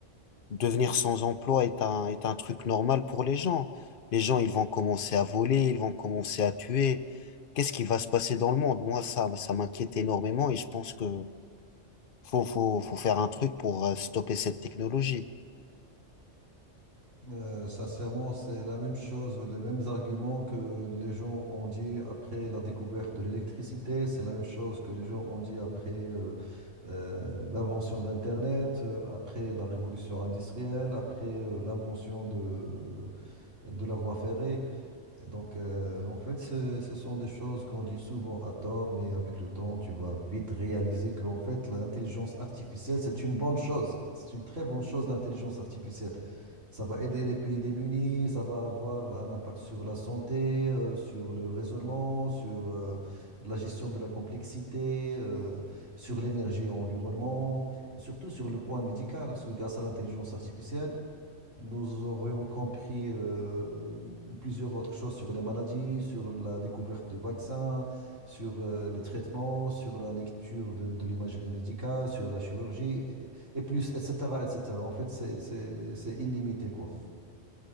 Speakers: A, on the left; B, on the right.
A: devenir sans emploi est un, est un truc normal pour les gens? Les gens, ils vont commencer à voler, ils vont commencer à tuer. Qu'est-ce qui va se passer dans le monde? Moi, ça, ça m'inquiète énormément et je pense que faut, faut, faut faire un truc pour euh, stopper cette technologie.
B: Euh, sincèrement, c'est la même chose, les mêmes arguments que les gens ont dit après la découverte de l'électricité, c'est la même chose que les gens ont dit après euh, euh, l'invention d'Internet, euh, après la révolution industrielle, après euh, l'invention de, de la voie ferrée. Donc, euh, en fait, ce ce sont des choses qu'on dit souvent à tort, mais avec le temps, tu vas vite réaliser qu'en fait, l'intelligence artificielle, c'est une bonne chose. C'est une très bonne chose, l'intelligence artificielle. Ça va aider les pays démunis, ça va avoir un impact sur la santé, euh, sur le raisonnement, sur euh, la gestion de la complexité, euh, sur l'énergie et l'environnement, et surtout sur le point médical, parce que grâce à l'intelligence artificielle, nous aurions compris euh, plusieurs autres choses sur les maladies, sur la découverte de vaccins, sur euh, les traitements, sur la lecture de, de l'imagerie médicale, sur la chirurgie, et, et plus, etc., etc. En fait, c'est, c'est, c'est illimité, quoi.